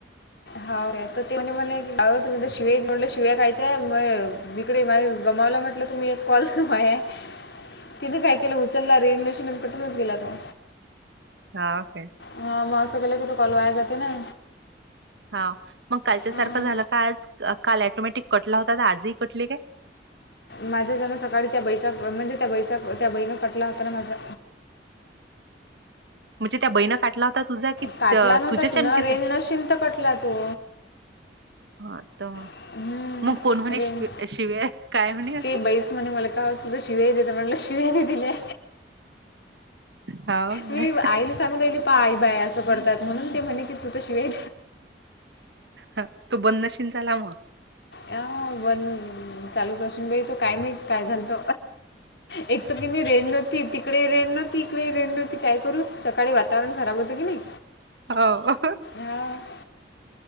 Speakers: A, on the left; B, on the right.
A: हो ते म्ह म्हले अ तुम्ही तर शिव म्हणलं शिव्या खायच्याय मग इिकडे माझ गमावला म्हटलं तरु मी एक कॉल आहे. तिनें काय केलं उचलला रेन मशीन कटूनच गेला तो.
B: हा ओके.
A: हा बस गले कुठु कलवाय जाते ना.
B: हा. मग कालच्या
A: हां
B: सारखं झालं का आज काल ॅटोमॅटिक कटला होता आजही कटले काय?
A: माझं जण सकाळी त्या बईचा म्हणजे त्या बैचा त्या बहीणं पटला होता ना माझा
B: म्हणजे त्या बहीणं काटला होता. तुझा की
A: काटला
B: त
A: नव्हता
B: तुझ्याच्या
A: तू न
B: आणि तिचा?
A: रें नशन तर कटला तो
B: ह तर
A: हम्म,
B: मग कोण कोणी
A: रेंज
B: शि शिव. काय म्हणे असं?
A: ते बैस म्हणे मला काय तुझं शिव्या देत म्हटला शिव्यानी दिलाय.
B: हां, काय?
A: मी आईली सांगूनली पाई बाय असं करतात म्हणून ते म्हणे की तू त शिवाय
B: ह तो बननशीन झाला मग
A: अ बण चालूच असून गई त काय मा काय झालत. एकत कि नाही रेण नव्हती तिकडे रेण नव्हती इकडे रेण नव्हती काय करू सकाळी वातावरण खराब होतं की नाही.
B: हो
A: हा